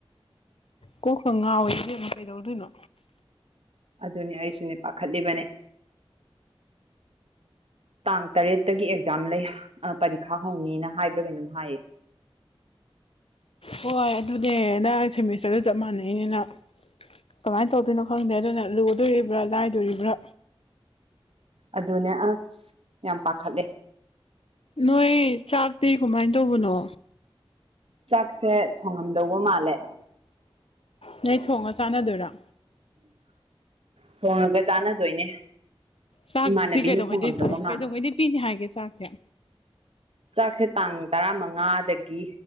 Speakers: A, on the left (about 75°); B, on the right (about 85°).
A: ꯀꯣꯛꯀ ꯉꯥꯎꯋꯦ ꯏꯕꯦꯝꯃꯥ ꯀꯩꯗꯧꯗꯣꯏꯅꯣ
B: ꯑꯗꯨꯅꯤ ꯑꯩꯁꯨꯅꯦ ꯄꯥꯈꯠꯂꯤꯕꯅꯦ ꯇꯥꯡ ꯇꯔꯦꯠꯇꯒꯤ ꯑꯦꯛꯖꯥꯝ ꯂꯩ ꯑꯥ ꯄꯔꯤꯈꯥ ꯍꯧꯅꯤꯅ ꯍꯥꯏꯕ꯭ꯔꯥ ꯀꯩꯅꯣꯝ ꯍꯥꯏꯌꯦ
A: ꯍꯣꯏ ꯑꯗꯨꯅꯦ ꯅꯪ ꯁꯦꯃꯤꯁꯇꯔꯁꯨ ꯆꯞ ꯃꯥꯟꯅꯩꯅꯤꯅ ꯀꯃꯥꯏꯅ ꯇꯧꯗꯣꯏꯅꯣ ꯈꯪꯗꯦ ꯑꯗꯨꯅ ꯂꯨꯗꯣꯔꯤꯕ꯭ꯔꯥ ꯂꯥꯏꯗꯣꯔꯤꯕ꯭ꯔꯥ
B: ꯑꯗꯨꯅꯦ ꯑꯁ ꯌꯥꯝ ꯄꯥꯈꯠꯂꯦ
A: ꯅꯣꯏ ꯆꯥꯛꯇꯤ ꯀꯃꯥꯏ ꯇꯧꯕꯅꯣ
B: ꯆꯥꯛꯁꯦ ꯊꯣꯡꯉꯝꯗꯧꯕ ꯃꯥꯜꯂꯦ
A: ꯅꯣꯏ ꯊꯣꯡꯉ ꯆꯥꯟꯅꯗꯣꯏꯔꯣ
B: ꯊꯣꯡꯉꯒ ꯆꯥꯟꯅꯗꯣꯏꯅꯦ
A: ꯆꯥꯛꯇꯤ
B: ꯏꯃꯥꯟꯅꯕꯤꯅ
A: ꯀꯩꯗꯧꯉꯩꯗꯩꯩ
B: ꯊꯣꯡꯉꯝꯗꯧꯕ ꯃꯥꯜꯂꯦ
A: ꯀꯩꯗꯧꯉꯩꯗꯩꯩ ꯄꯤꯅꯤ ꯍꯥꯏꯒꯦ ꯆꯥꯛꯇꯤ
B: ꯆꯥꯛꯁꯦ ꯇꯥꯡ ꯇꯔꯥꯃꯉꯥꯗꯒꯤ